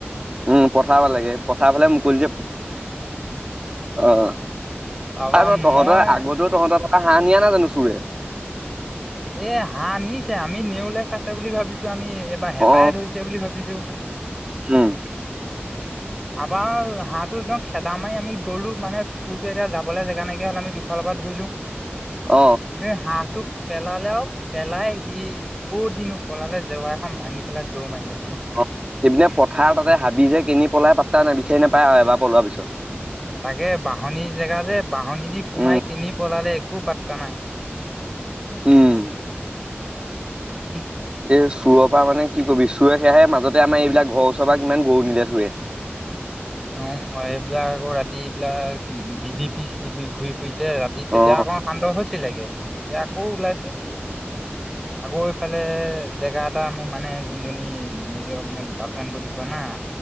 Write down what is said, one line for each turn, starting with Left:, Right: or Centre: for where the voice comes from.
Right: উম পঠাৰাব লাগে পঠাৰ ফালে মুকলি যে অ' অ'
Centre: তাৰপা
Right: আৰু নহ তহঁতৰ
Centre: মই
Right: আগতেও তহঁতৰ টাপা হাঁহ নিয়া নাই জানো চোৰে।
Centre: এ হাঁহ নিছে আমি নেওলে খাছে বুলি ভাবিছো আমি। এবাৰ হেঁপাহে
Right: অ
Centre: ধৰিছে বুলি ভাবিছো।
Right: উম <inaudible>
Centre: আপাৰ হাঁহটো একদম খেদা মাৰি আমি গ'লো মানে চুৰটোৱে এতিয়া যাবলে জেগা নাইকিয়া হ'ল আমি দুফালৰ পা ধই
Right: অ
Centre: সেই হাঁহটো পেলালে আৰু পেলাই সি কৌ দিনো পলালে জেওৱৰা এখন ভাঙি পেলাই দৌ মাৰিলে নহয়
Right: অ সেইপিনে পথাৰ তাতে হাবি যে কিনি পলাই পাতা নাই বিচাৰি নোপায় আৰু এবাৰ পলোৱাৰ পিছত
Centre: তাকে বাহনী জেগা যে বাহনিদি সোমাই
Right: উম
Centre: কিনি পেলালে একো পাত্তা নাই
Right: উম
Centre: কি
Right: এ চোৰৰ পা মানে কি কৰিবি চোৰৰে সেয়াহে মাজতে আমাৰ এইবিলাক ঘৰ ওচৰ পা কিমান গৰু নিলে চোৰে। <inaudible>
Centre: ওম মই এইবিলাক আকৌ ৰাতিবিলাক বিডি পি চিডি পি ঘূৰি ঘুইছে ৰাতি তেতিয়া
Right: অ
Centre: আকৌ শান্ত হৈছিলেগে এতিয়া আকৌ ওলাইছে।
Right: <inaudible>
Centre: আকৌ এইফালে জেগা এটা মো মানে যোনজনী নিজৰ মানে গাৰ্লফ্ৰেণ্ড বুলি কয় না